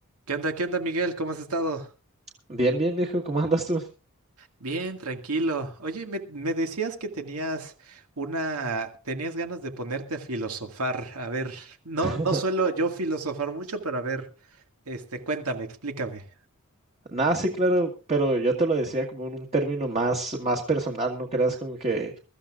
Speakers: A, on the right (about 85°); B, on the right (about 30°).
A: ¿Qué onda? ¿Qué onda, Miguel? ¿Cómo has estado?
B: Bien, bien, viejo, ¿cómo andas tú?
A: Bien, tranquilo. Oye, me, me decías que tenías una, tenías ganas de ponerte a filosofar. A ver, no,
B: <laughs>
A: no suelo yo filosofar mucho, pero a ver, este, cuéntame, explícame.
B: Nada, sí, claro, pero yo te lo decía como en un término más, más personal, no creas como que